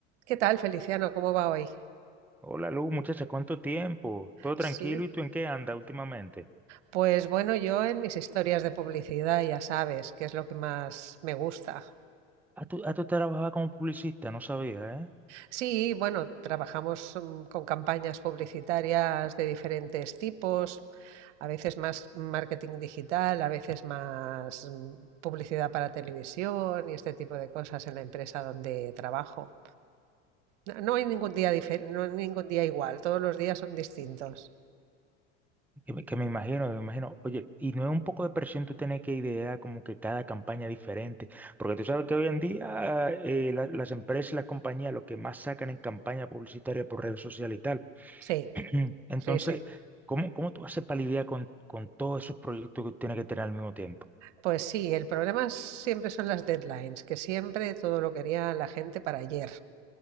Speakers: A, on the right (about 70°); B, in the centre.
A: ¿Qué tal, Feliciano? ¿Cómo va hoy?
B: Hola Lu, muchacha, ¿cuánto tiempo? ¿Todo tranquilo?
A: Sí,
B: ¿Y tú en qué andas últimamente?
A: Pues bueno, yo en mis historias de publicidad ya sabes que es lo que más me gusta.
B: Ah, tú, ah, tú trabajabas como publicista, no sabía, ¿eh?
A: Sí, bueno, trabajamos mm, con campañas publicitarias de diferentes tipos, a veces más marketing digital, a veces más mm, publicidad para televisión y este tipo de cosas en la empresa donde trabajo. No no hay ningún día difer- no hay ningún día igual, todos los días son distintos.
B: Que me, que me imagino, me imagino. Oye, ¿y no es un poco de presión tú tener que idear como que cada campaña diferente? Porque tú sabes que hoy en día eh, la- las empresas y las compañías lo que más sacan en campaña publicitaria por redes sociales y tal.
A: Sí,
B: <clears throat> Entonces,
A: sí, sí.
B: ¿cómo, cómo tú haces para lidiar con, con todos esos proyectos que tienes que tener al mismo tiempo?
A: Pues sí, el problema siempre son las deadlines, que siempre todo lo quería la gente para ayer.